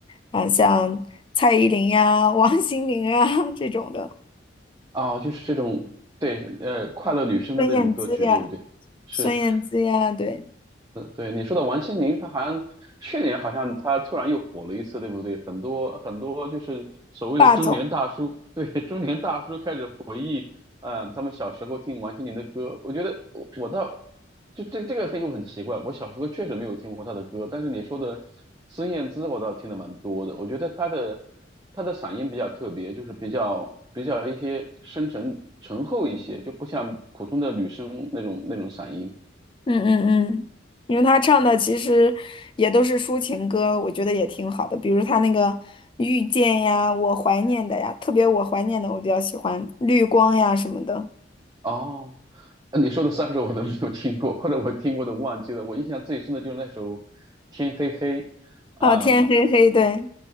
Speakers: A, on the left (about 25°); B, on the right (about 20°).
A: 啊像蔡依林呀、王心凌啊这种的，
B: 哦，就是这种，对，呃，快乐女生的那种歌曲，
A: 孙燕姿呀。
B: 对不对？是，
A: 孙燕姿呀，对，
B: 呃对，你说的王心凌，她好像去年好像她突然又火了一次，对不对？很多很多就是所谓的中年大叔，
A: 霸总，
B: 对，中年大叔开始嗯，他们小时候听王心凌的歌，我觉得我我倒就这这个很有很奇怪，我小时候确实没有听过她的歌，但是你说的孙燕姿，我倒听的蛮多的。我觉得她的她的嗓音比较特别，就是比较比较一些深沉醇厚一些，就不像普通的女生那种那种嗓音。
A: 嗯嗯嗯，因为他唱的其实也都是抒情歌，我觉得也挺好的，比如他那个《遇见》呀，《我怀念的》呀，特别《我怀念的》我比较喜欢，《绿光》呀什么的，
B: 哦，呃你说的三首我都没有听过，或者我听过的忘记了。我印象最深的就是那首《天黑黑》，啊、
A: 哦，天黑黑，对。